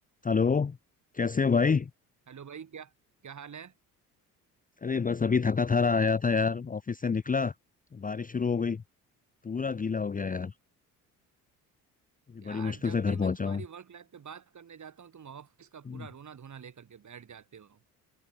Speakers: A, on the left; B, on the right.
A: Hello कैसे हो भाई
B: हेलो भाई क्या क्या हाल है
A: अरे बस अभी थका थारा आया था यार ऑफिस से निकला बारिश शुरू हो गई पूरा गीला हो गया यार अभी
B: यार
A: बड़ी मुश्किल
B: जब
A: से घर
B: भी मैं
A: पहुंचा
B: तुम्हारी
A: हूँ
B: वर्क लाइफ पे बात करने जाता हूँ तुम ऑफिस का
A: हम्म।
B: पूरा रोना धोना लेकर के बैठ जाते हो